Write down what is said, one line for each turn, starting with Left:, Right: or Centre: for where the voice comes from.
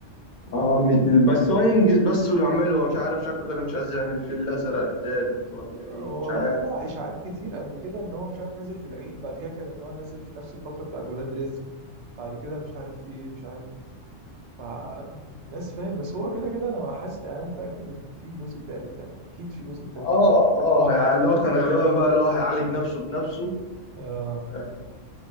Left: اه مش- بس هو ينجز بس ويعمله هو مش عارف شكله كده مش عايز يعمل الفيل الازرق التالت ولا
Right: آه،
Left: ايه
Right: والله
Left: مش عارف
Right: طلع اشاعات كتير قبل كده ان هو مش عارف نازل في العيد بعد كده كان ان هو نازل في نفس الفتره بتاعت ولاد رزق بعد كده مش عارف ايه مش عارف إيه. مع ناس فاهم بس هو كده كده انا حاسس يعني أنا متاكد ان في جزء ثالث يعني اكيد في جزء ثالث
Left: اه اه يعني اللي هو كان غالبا بقى اللي هو هيعالج نفسه بنفسه
Right: آه
Left: آه،